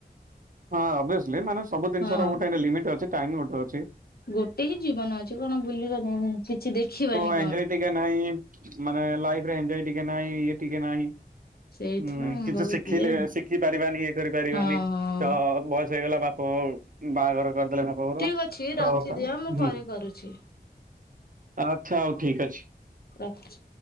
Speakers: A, on the right (about 55°); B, on the left (about 65°).
A: ହଁ ଓଭାୟୋସ୍ଲି ମାନେ ସବୁ ଜିନିଷ
B: ହଁ।
A: ଗୋଟେ ଲିମିଟ୍ ଅଛି ଟାଇମ ଗୋଟେ ଅଛି।
B: ଗୋଟେ ହିଁ ଜୀବନ ଅଛି କଣ ବୁଲିବନି କିଛି ଦେଖିବନି?
A: ଏଞ୍ଜୟ୍ ଟିକେ ନାହିଁ। ମାନେ ଲାଇଫରେ ଏଞ୍ଜୟ ଟିକେ ନାହିଁ ଇଏ ଟିକେ ନାହିଁ।
B: ସେଇଥିପାଇଁ
A: ହୁଁ
B: ମୁଁ
A: କିନ୍ତୁ
B: ବହୁତ
A: ଶିଖିଲେ
B: ଇଏ
A: ଶିଖି ପାରିବାନି ଇଏ କରିପାରିବାନି
B: ହଁ ହଁ
A: ତ ବୟସ ହେଇଗଲା ବାପ। ବାହାଘର କରିଦେଲେ ବାପଘର
B: ଠିକ
A: ତ୍
B: ଅଛି ରଖିଦିଅ ମୁଁ ପରେ କରୁଛି
A: ଆଚ୍ଛା ହଉ ଠିକ୍ ଅଛି।
B: ରଖୁଛି।